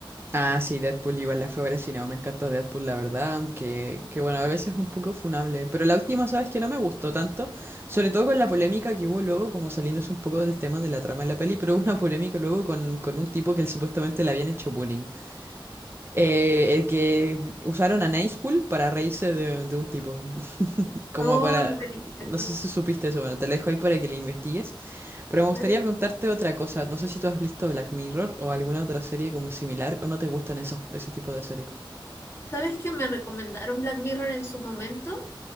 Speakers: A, on the right; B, on the left.
A: Ah, sí, Deadpool igual la fui a ver al cine, me encanta Deadpool, la verdad, aunque que bueno, a veces es un poco funable, pero la última, sabes que no me gustó tanto, sobre todo con la polémica que hubo luego, como saliéndose un poco del tema de la trama de la peli, pero hubo una polémica luego con, con un tipo que él supuestamente le habían hecho bullying. Eh, el que usaron a Nicepool para reírse de, de un tipo. <laughs> Como
B: Oh,
A: para.
B: no tenía eso,
A: No sé si supiste eso, bueno, te lo dejo ahí para que lo investigues. Pero me
B: claro.
A: gustaría preguntarte otra cosa. No sé si tú has visto Black Mirror o alguna otra serie como similar o no te gustan esos, ese tipo de series.
B: ¿Sabes que me recomendaron Black Mirror en su momento?